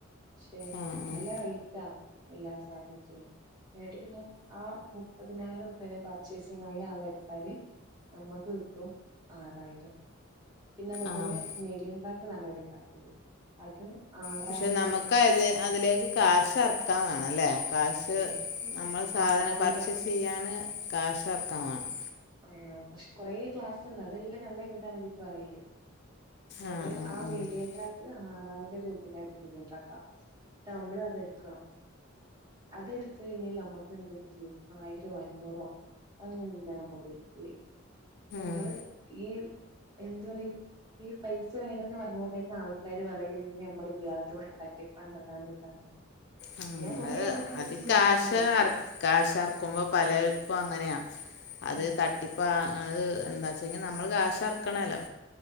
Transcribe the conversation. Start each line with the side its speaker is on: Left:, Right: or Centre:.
Right: പക്ഷെ
Left: ആഹ് ആഹ്
Right: നല്ല റൈറ്റാ എല്ലാ സാധനത്തിനും ഏട്ട് പിന്നെ ആഹ് മുപ്പതിനായിരറുപെന്റെ പർച്ചേസിംഗ് അയില് ആളെ എടുത്താല് നമ്മക്ക് കിട്ടും ആറായിരം. പിന്നെ അതുപോലെ
Left: ആഹ്
Right: മീഡിയം ട്രാക്ക്ന്നറഞ്ഞൊരു ട്രാക്ക്ണ്ട് അത് ആറായിരം
Left: പക്ഷെ നമക്ക് അത് അതിലേക്ക് കാശ് എറക്കാൻ വേണംല്ലേ കാക്ഷ്
Right: ആഹ്
Left: നമ്മളെ സാധനം
Right: ആറായിരം
Left: പർച്ചേസ് ചെയ്യാന് കാഷറക്കാവേണം.
Right: ആഹ് പക്ഷെ കൊറേ ക്ലാസ് ഉണ്ട് അതെല്ലാം കണ്ടയിഞ്ഞിട്ട അവരി ഇത് പറയല്. എന്ട്ട്
Left: ആഹ് ആഹ്
Right: ആ
Left: ആഹ്
Right: മേഡിയൻ ട്ര ആറായിരം രൂപേന്റെ മിടി യെൻട്രാക്കാട്ട് നമ്മള് അത്എടുക്കണം. അതെടുത്ത് കഴിഞ്ഞാൽ നമ്മക്ക് എന്തെങ്കിലും ആയിരോ അഞ്ഞൂറോ അങ്ങനെ എന്തെങ്കിലു ആണ് നമ്മക്ക്. നമ്മള്
Left: ആഹ്
Right: ഈ എന്താ പറല്. ഈ പൈസ വേണന്ന് പറഞ്ഞ തന്നെ ആൾക്കാര് പറയയും ഇ നമ്മളി ഇല്ലാത തറ്റിപ്പാണ് അതാണ്‌ ഇതാണ്ന്ന്.
Left: ഉം
Right: ഞാൻ കൊറെ
Left: അത്
Right: ആൾക്കാരെ
Left: അത്
Right: ഇതി ചേർത്താ
Left: കാശ്
Right: നോക്കി.
Left: അറ കാശ് ഇറക്കുമ്പോ പലർക്കും അങ്ങനെയാ അത്
Right: ഉം
Left: തട്ടി അപ്പം അത് എന്താച്ചഞ്ഞി നമ്മൾ കാശ് അറക്കണല്ലോ